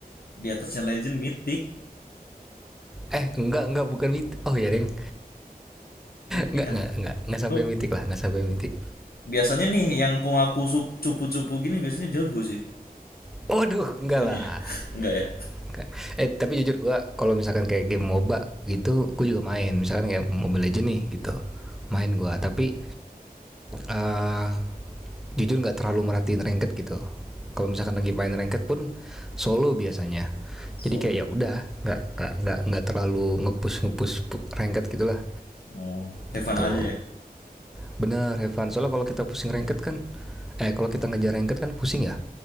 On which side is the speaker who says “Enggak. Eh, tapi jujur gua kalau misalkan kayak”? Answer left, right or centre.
Centre